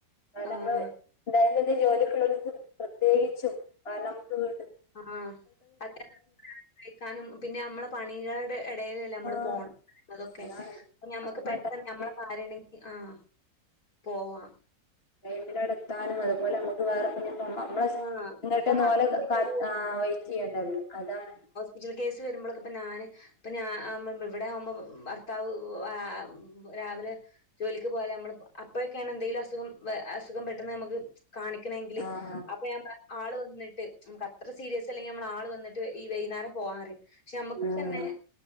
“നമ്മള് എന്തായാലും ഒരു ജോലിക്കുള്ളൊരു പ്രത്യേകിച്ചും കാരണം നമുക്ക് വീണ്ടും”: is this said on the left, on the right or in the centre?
Left